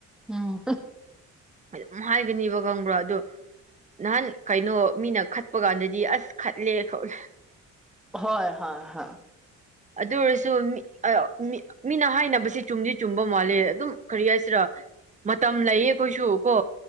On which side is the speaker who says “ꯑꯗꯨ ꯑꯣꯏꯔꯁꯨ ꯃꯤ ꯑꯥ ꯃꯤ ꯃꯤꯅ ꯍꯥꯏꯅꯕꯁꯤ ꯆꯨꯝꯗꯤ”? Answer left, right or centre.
Right